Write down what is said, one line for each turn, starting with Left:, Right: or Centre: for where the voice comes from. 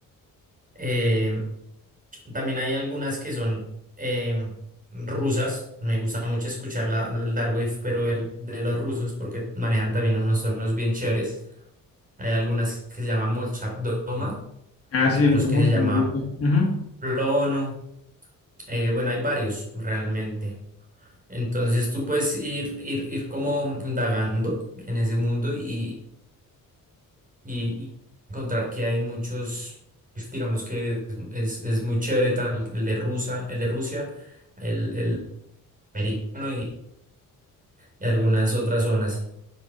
Right: Eh, También hay algunas que son eh, rusas. Me gusta mucho escuchar la, el Dark Wave, pero el, de los rusos, porque manejan también unos tonos bien chéveres. Hay algunas que se llaman Molchat Doma,
Left: Ah,
Right: otros
Left: sí, lo conozco,
Right: que se llama
Left: me gusta. Ujú.
Right: Plono. eh, bueno, hay varios realmente. Entonces tú puedes ir, ir, ir como indagando en ese mundo y, y- y encontrar que hay muchos, digamos que es, es muy chévere, tanto el de Rusa, el de Rusia. El, el americano y, y algunas otras zonas.